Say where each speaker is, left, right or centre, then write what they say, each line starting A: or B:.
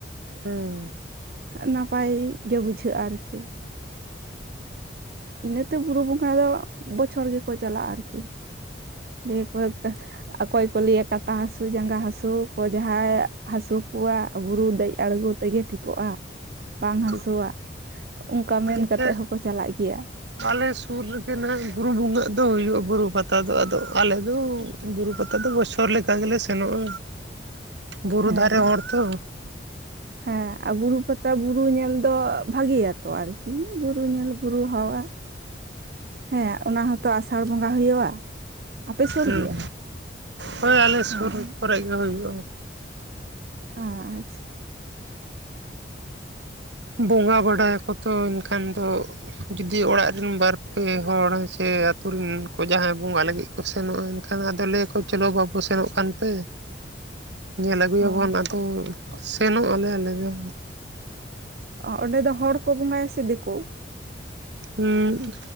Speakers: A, on the right; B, on the right.
A: ᱦᱩᱸ
B: ᱱᱟᱯᱟᱭ ᱜᱮ ᱵᱩᱡᱷᱟᱹᱜᱼᱟ ᱟᱨᱠᱤ ᱤᱱᱟᱹᱛᱮ ᱵᱩᱨᱩ ᱵᱚᱸᱜᱟ ᱫᱚ ᱵᱚᱪᱷᱚᱨ ᱜᱮᱠᱚ ᱪᱟᱞᱟᱜᱼᱟ ᱟᱨᱠᱤ ᱫᱤᱭᱮ ᱠᱚ ᱟ <unintelligible> ᱚᱠᱚᱭ ᱠᱚ ᱞᱟᱹᱭᱟ ᱠᱟᱴᱟ ᱦᱟᱹᱥᱩ ᱡᱟᱸᱜᱟ ᱦᱟᱹᱥᱩ ᱠᱚ ᱡᱟᱦᱟᱸᱭ ᱦᱟᱹᱥᱩ ᱠᱚᱣᱟ ᱵᱩᱨᱩ ᱫᱮᱡ ᱟᱲᱜᱩ ᱛᱮᱜᱮ ᱴᱷᱤᱠᱚᱜᱼᱟ ᱵᱟᱝ ᱦᱟᱹᱥᱩᱣᱟ
A: ᱴᱷᱤᱠ
B: ᱚᱱᱠᱟ ᱢᱮᱱ
A: ᱱᱤᱛᱚᱜ
B: ᱠᱟᱛᱮᱫ ᱦᱚᱸᱠᱚ ᱪᱟᱞᱟᱜ ᱜᱮᱭᱟ
A: ᱟᱞᱮ ᱥᱩᱨ ᱨᱮ ᱮᱱᱟᱜ ᱵᱩᱨᱩ ᱵᱚᱸᱜᱟᱜ ᱫᱚ ᱦᱩᱭᱩᱜᱼᱟ ᱵᱩᱨᱩ ᱯᱟᱛᱟ ᱫᱚ ᱟᱫᱚ ᱟᱞᱮ ᱫᱚ ᱵᱩᱨᱩ ᱯᱟᱛᱟ ᱱᱮᱛᱟᱨ ᱫᱚ ᱵᱚᱪᱷᱚᱨ ᱞᱮᱠᱟ ᱜᱮᱞᱮ ᱥᱮᱱᱚᱜᱼᱟ ᱵᱩᱨᱩ
B: ᱦᱮᱸ
A: ᱫᱷᱟᱨᱮ ᱦᱚᱲ ᱛᱚ
B: ᱦᱮᱸ ᱟᱨ ᱵᱩᱨᱩ ᱯᱟᱛᱟ ᱵᱩᱨᱩ ᱧᱮᱞ ᱫᱚ ᱵᱷᱟᱜᱤᱭᱟᱛᱚ ᱟᱨᱠᱤ ᱵᱩᱨᱩ ᱧᱮᱞ ᱵᱩᱨᱩ ᱦᱟᱣᱟ ᱦᱮᱸ ᱚᱱᱟ ᱦᱚᱸᱛᱚ ᱟᱥᱟᱲ ᱵᱚᱸᱜᱟ ᱦᱩᱭᱩᱜᱼᱟ ᱟᱯᱮ ᱥᱩᱨ
A: ᱦᱩᱸ
B: ᱜᱮᱭᱟ
A: ᱦᱳᱭ ᱟᱞᱮ ᱥᱩᱨ
B: ᱦᱮᱸ
A: ᱠᱚᱨᱮ ᱜᱮ ᱦᱩᱭᱩᱜᱼᱟ
B: ᱟ ᱟᱪᱪᱷᱟ
A: ᱵᱚᱸᱜᱟ ᱵᱟᱰᱟᱭᱟᱠᱚ ᱛᱚ ᱮᱱᱠᱷᱟᱱ ᱫᱚ ᱡᱩᱫᱤ ᱚᱲᱟᱜ ᱨᱮᱱ ᱵᱟᱨᱯᱮ ᱦᱚᱲ ᱥᱮ ᱟᱛᱳ ᱨᱮᱱ ᱠᱚ ᱡᱟᱦᱟᱸᱭ ᱵᱚᱸᱜᱟ ᱞᱟᱹᱜᱤᱫ ᱥᱮᱱᱚᱜᱼᱟ ᱮᱱᱠᱷᱟᱱ ᱟᱫᱚ ᱞᱟᱹᱭᱟᱠᱚ ᱪᱚᱞᱚ ᱵᱟᱹᱵᱩ ᱥᱮᱱᱚᱜ ᱠᱟᱱ ᱯᱮ
B: <inaudible>
A: ᱧᱮᱞ ᱟᱹᱜᱩᱭᱟᱵᱚᱱ
B: ᱚ
A: ᱟᱫᱚ ᱥᱮᱱᱚᱜ ᱟᱞᱮ ᱟᱞᱮ ᱫᱚ
B: ᱚᱜ ᱚᱸᱰᱮ ᱫᱚ ᱦᱚᱲ ᱠᱚ ᱵᱚᱸᱜᱟᱭᱟ ᱥᱮ ᱫᱤᱠᱩ
A: ᱦᱩᱸ